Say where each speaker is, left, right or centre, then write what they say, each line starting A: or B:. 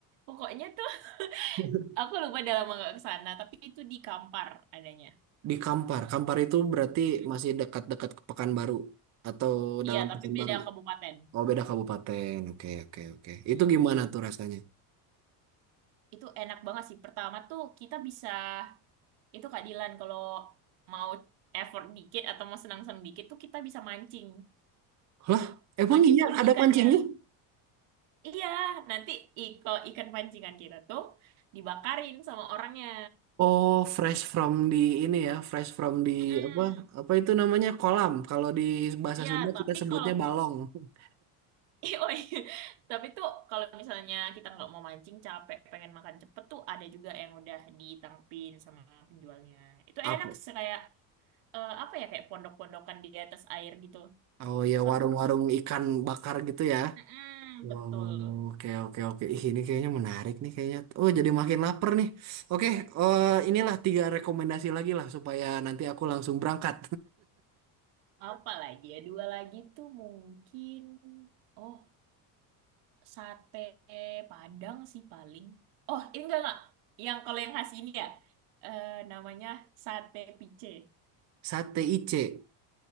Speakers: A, on the right (about 70°); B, on the right (about 35°).
A: Pokoknya tuh <laughs>
B: <laughs>
A: aku lupa udah lama nggak ke sana, tapi itu di Kampar adanya.
B: Di Kampar. Kampar itu berarti
A: Mm.
B: masih dekat-dekat ke Pekanbaru atau dalam
A: Iya, tapi
B: Pekanbaru.
A: beda kabupaten.
B: Oh beda kabupaten. Oke oke oke. Itu
A: Mm.
B: gimana tuh rasanya?
A: itu enak banget sih. Pertama tuh kita bisa itu keadilan kalau mau effort dikit atau mau senang-senang dikit tuh kita bisa mancing.
B: Lah, emang
A: Mancing
B: iya
A: dulu
B: ada
A: ikannya.
B: mancingnya?
A: Iya, nanti i- kalau ikan pancingan kita tuh dibakarin sama orangnya.
B: Oh, fresh from di ini ya, fresh from di
A: Mm-mm.
B: apa? Apa itu namanya kolam? Kalau di bahasa
A: Iya,
B: Sunda
A: tapi
B: kita sebutnya
A: kalau
B: balong. <laughs>
A: <laughs> eh, oh iya. Tapi tuh kalau misalnya kita nggak mau mancing capek pengen makan cepet tuh ada juga yang udah ditangkepin sama penjualnya. Itu
B: Apa?
A: enak sih, kayak eh, apa ya kayak pondok-pondokan di atas air gitu.
B: Oh ya
A: Seru,
B: warung-warung
A: seru.
B: ikan bakar gitu ya.
A: mm
B: Wow,
A: betul.
B: oke oke oke. Ih, ini kayaknya menarik nih kayaknya. Oh, jadi makin lapar nih. Oke, eh, inilah tiga rekomendasi lagi lah supaya nanti aku langsung berangkat.
A: Apa lagi ya? Dua lagi tuh mungkin oh sate Padang sih paling. Oh, ini enggak enggak. Yang kalau yang khas ini ya eh, namanya sate pice.
B: <laughs> Sate IC,